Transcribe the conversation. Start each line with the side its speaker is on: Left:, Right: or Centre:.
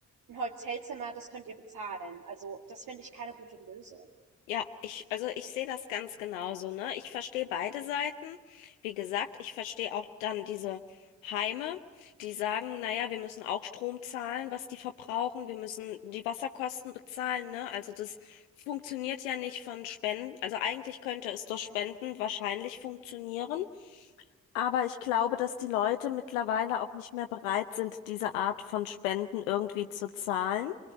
Right: ein Hotelzimmer, das könnt ihr bezahlen. Also das finde ich keine gute Lösung.
Left: Ja, ich, also ich sehe das ganz genauso, ne? Ich verstehe beide Seiten. Wie gesagt, ich verstehe auch dann diese Heime, die sagen, naja, wir müssen auch Strom zahlen, was die verbrauchen, wir müssen die Wasserkosten bezahlen, ne? Also das funktioniert ja nicht von Spenden. Also eigentlich könnte es durch
Right: Mhm,
Left: Spenden wahrscheinlich funktionieren. Aber ich glaube, dass die Leute mittlerweile auch nicht mehr bereit sind, diese Art von Spenden irgendwie zu zahlen.